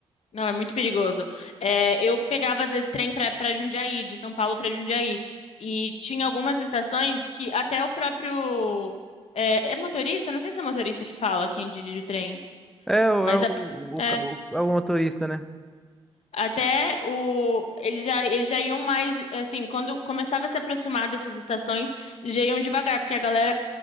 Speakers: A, on the left; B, in the centre.
A: Não, é muito perigoso. É, eu pegava, às vezes, trem pra, pra Jundiaí, de São Paulo pra Jundiaí. E tinha algumas estações que até o próprio. É, é motorista? Não sei se é motorista que fala quem dirige o trem,
B: É, o-
A: mas
B: é o,
A: a, é
B: o, ca- o- é o motorista, né?
A: Até o eles já eles já iam mais assim, quando começava a se aproximar dessas estações, eles já iam devagar, porque a galera